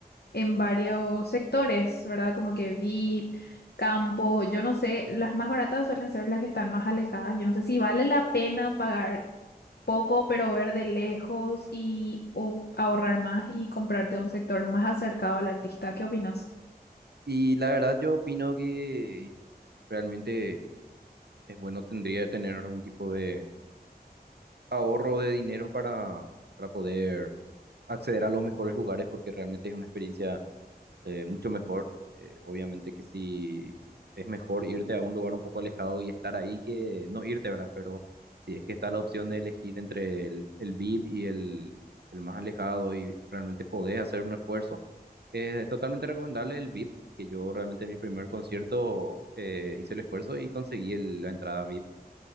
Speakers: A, on the left; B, on the right.
A: en varios sectores, ¿verdad? Como que VIP, campo, yo no sé, las más baratas suelen ser las que están más alejadas. Yo no sé si vale la pena pagar poco, pero ver de lejos y o ahorrar más y comprarte un sector más acercado al artista. ¿Qué opinas?
B: Y la verdad yo opino que realmente es bueno, tendría que tener algún tipo de ahorro de dinero para, para poder acceder a los mejores lugares porque realmente es una experiencia eh, mucho mejor. Eh, obviamente que sí es mejor irte a un lugar un poco alejado y estar ahí que no irte, ¿verdad? Pero si es que está la opción de elegir entre el, el VIP y el, el más alejado y realmente podés hacer un esfuerzo, eh, es totalmente recomendable el VIP, que yo realmente en mi primer concierto eh, hice el esfuerzo y conseguí el- la entrada VIP